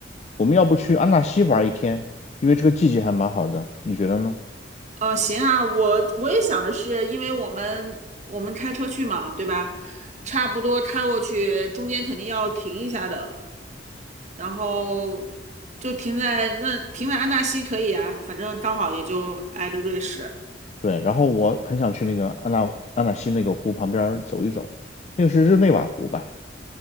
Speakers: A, on the left; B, on the right.
A: 我们要不去安纳西玩一天，因为这个季节还蛮好的，你觉得呢？
B: 呃，行啊，我我也想的是，因为我们我们开车去嘛，对吧？差不多开过去，中间肯定要停一下的，然后就停在那，停在安纳西可以啊，反正刚好也就挨着瑞士。
A: 对，然后我很想去那个安纳安纳西那个湖旁边儿走一走，那个是日内瓦湖吧？